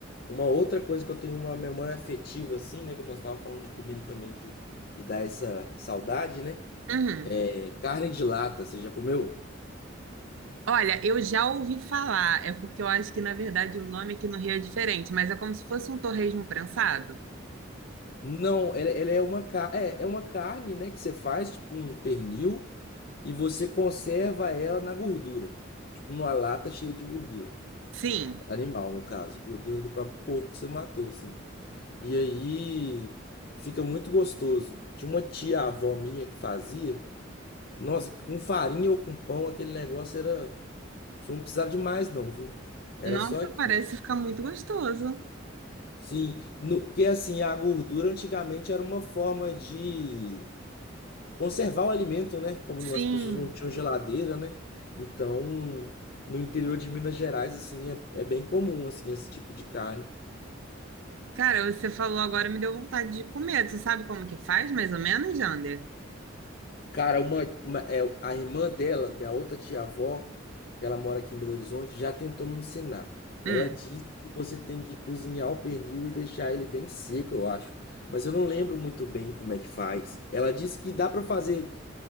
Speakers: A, on the left; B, on the right.
A: uma outra coisa que eu tenho uma memória afetiva, assim, né? Que nós estávamos falando de comida também, que, que dá essa saudade, né?
B: Uhum.
A: É carne de lata, você já comeu?
B: Olha, eu já ouvi falar, é porque eu acho que na verdade o nome aqui no Rio é diferente, mas é como se fosse um torresmo prensado.
A: Não, ela, ela é uma, ca- é, é uma carne, né? Que você faz, tipo um pernil, e você conserva ela na gordura. Tipo, numa lata cheia de gordura.
B: Sim.
A: Animal, no caso. Gordura do próprio porco que você matou, assim. E aí fica muito gostoso. Tinha uma tia avó minha que fazia. Nossa, com farinha ou com pão, aquele negócio era. Só não precisava de mais, não, viu? Era
B: Nossa,
A: só aquilo.
B: parece ficar muito gostoso.
A: Sim, no- porque assim, a gordura antigamente era uma forma de conservar o alimento, né? Como
B: Sim.
A: não- as pessoas não tinham geladeira, né? Então, no interior de Minas Gerais, assim, é, é bem comum, assim, esse tipo de carne.
B: Cara, você falou agora, me deu vontade de comer. Você sabe como que faz, mais ou menos, Jander?
A: Cara, uma, uma- é, a irmã dela, minha outra tia-avó, que ela mora aqui em Belo Horizonte, já tentou me ensinar. Ela
B: Hum,
A: disse que você tem que cozinhar o pernil e deixar ele bem seco, eu acho. Mas eu não lembro muito bem como é que faz. Ela disse que dá pra fazer